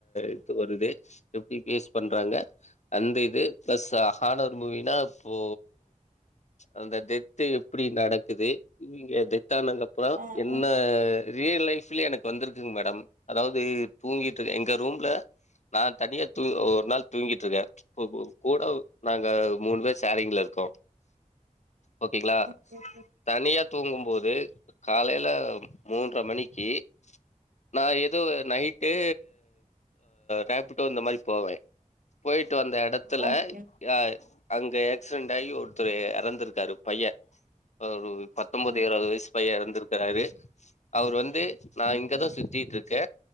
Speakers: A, on the left; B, on the right.
A: இது வருது எப்டி ஃபேஸ் பண்றாங்க அந்த இது பிளஸ் ஹானர் மூவினா இப்போ அந்த டெத்து எப்பிடி நடக்குது இவிங்க டெத் தானக்கப்பறோ
B: ஆ
A: என்ன
B: ஆ
A: ரியல் லைஃப்லயே எனக்கு வந்துருக்குங் மேடம் அதாவுது தூங்கிட்டு எங்க ரூம்ல நா தனியா தூ ஒரு நாள் தூங்கிட் இருக்க ப்ப கூ கூட நாங்க மூனு பேர் ஷேரிங்ல இருக்கோ ஓகேங்ளா
B: ஓகே ஓகே
A: தனியா தூங்கம் போது காலைல மூன்ற மணிக்கு நா ஏதோ நைட்டு ரேப்பிட்டோ இந்த மாரி போவே போயிட் டு வந்த எடத்துல
B: ஓகே
A: யா அங்க ஏக்சிடென்ட் ஆயி ஒருத்தரு எறந் இருக்காரு பைய அவுரு ஒரு பத்தொன்பது
B: ஓகே
A: இருபது வயசு பைய இறந்திருக்குறாரு அவரு வந் து நா
B: ஓகே
A: இங்கதா சுத்திட்டுருக்கே